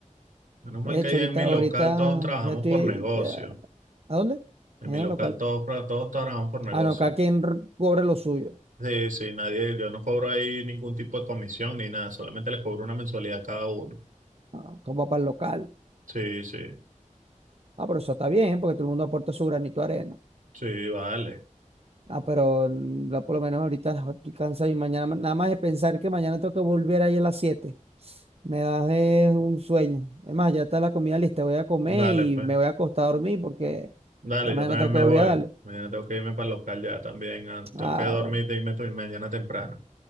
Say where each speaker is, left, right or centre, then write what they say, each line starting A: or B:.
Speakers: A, on the right; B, on the right.
A: Menos mal
B: De
A: que
B: hecho,
A: ahí
B: ahorita,
A: en mi local
B: ahorita,
A: todos trabajamos
B: ya estoy,
A: por negocio.
B: ya, ¿a dónde?
A: En
B: Mañana
A: mi local
B: al local.
A: todos, pra- todos trabajamos por negocio.
B: Ah, no, cada quien r- cobre lo suyo.
A: Sí, sí, nadie, yo no cobro ahí ningún tipo de comisión ni nada, solamente les cobro una mensualidad a cada uno.
B: Ah, como para el local.
A: Sí, sí,
B: Ah, pero eso está bien, porque todo el mundo aporta su granito de arena.
A: sí, vale,
B: Ah, pero mm, ya por lo menos ahorita estoy cansado y mañana, ma- nada más de pensar que mañana tengo que volver ahí a las siete, Me da eh, un sueño. Es más, ya está la comida lista, voy a comer
A: dale
B: y
A: pues,
B: me voy a acostar a dormir porque
A: dale,
B: ya
A: yo
B: mañana
A: también
B: tengo
A: me
B: que volver
A: voy.
B: a darle.
A: Mañana tengo que irme para el local ya también, ah, tengo
B: Ah,
A: que dormir
B: bueno.
A: y irme mañana temprano.